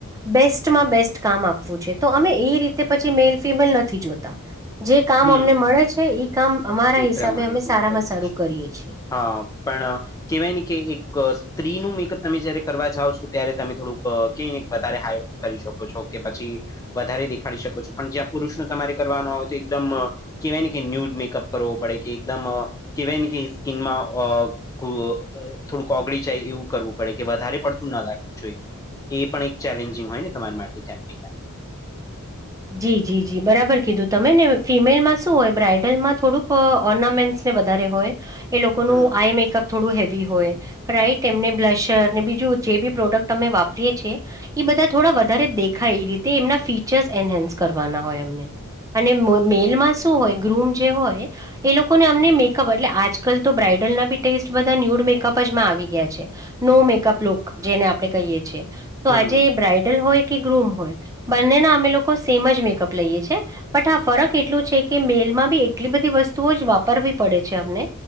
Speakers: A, on the right (about 15°); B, on the left (about 15°).
A: બેસ્ટમાં બેસ્ટ કામ આપવું છે. તો અમે એ રીતે પછી મેલ ફિમેલ નથી જોતા. જે કામ
B: હમ
A: અમને મળે છે એ કામ અમારા
B: એ
A: હિસાબે
B: પ્રમાણે
A: અમે
B: તમે
A: સારામાં
B: કરી
A: સારું
B: દો છો
A: કરીએ છીએ.
B: હા, પ્રમાણ. કેહેવાયને કે એક સ્ત્રીનું મેકઅપ તમે જયારે કરવા જાવ છો, ત્યારે તમે થોડુંક કેયને વધારે હાય કરી શકો છો કે પછી વધારે દેખાડી શકો છો, પણ જ્યાં પુરુષો તમારે કરવાનો હોય તો એકદમ કહેવાયને કે ન્યૂડ મેકઅપ કરવો પડે કે એકદમ કહેવાયને કે સ્કીિનમાં અ થોડુંક ઓગળી જાય એવું કરવું પડે કે વધારે પડતું ના લાગવું જોઈએ. એ પણ એક ચેલેન્જિંગ હોયને તમારી માટે ક્યાંક ને ક્યાંક.
A: જી જી જી બરાબર કીધું. તમે ને ફિમેલમાં શું હોય બ્રાઈડલમાં થોડુંક ઓર્નામેન્ટ ને વધારે હોય એ લોકોનું
B: હમ
A: આઈ મેકઅપ થોડું હેવી હોય, રાઈટ એમને બ્લશરને બીજું જે બી પ્રોડક્ટ અમે વાપરીએ છીએ. એ બધા થોડા વધારે દેખાય, એ રીતે એમના ફીચર્સ એન્હન્સ કરવાના હોય એમને અને મેલમાં શું હોય? ગ્રુમ જે હોય. એ લોકોને અમને મેકઅપ એટલે આજકાલ તો બ્રાઇડલના બી ટેસ્ટ બધા ન્યૂડ મેકઅપ જમાં આવી ગયા છે‌ નો મેકઅપ લુક જેને આપડણે કહીએ છીએ. તો
B: હમ
A: આજે બ્રાઈડલ હોય કે ગ્રુમ હોય, બંનેના અમે લોકો સેમ જ મેકઅપ લઈએ છે. બટ આા ફરક એટલું છે કે મેલમાં બી એટલી બધી વસ્તુઓ જ વાપરવી પડે છે અમને.